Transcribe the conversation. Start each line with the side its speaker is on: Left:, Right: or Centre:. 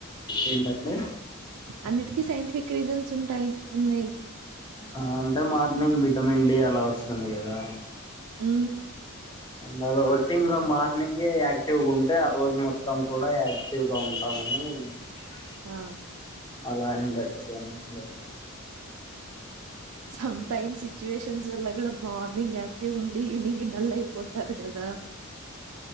Left: ఏంటండీ
Right: అన్నిటికీ సైంటిఫిక్ రీజన్స్ ఉంటాయి ఉన్నాయి
Left: ఆ అంటే మార్నింగ్ విటమిన్ డి అలా వస్తుంది కదా
Right: ఉ
Left: దాన్ని బట్టి ఇంక మార్నింగే యాక్టివ్ గా ఉంటే ఆ రోజు మొత్తం కూడా యాక్టివ్ గా ఉంటామని అ
Right: ఆ
Left: అలా అయింది <unintelligible>
Right: సమ్ టైమ్ సిచువేషన్స్ వల్ల కూడా మార్నింగ్ ఎక్ టివ్ ఉండి ఈవెనింగ్కి డల్ అయిపోతారు కదా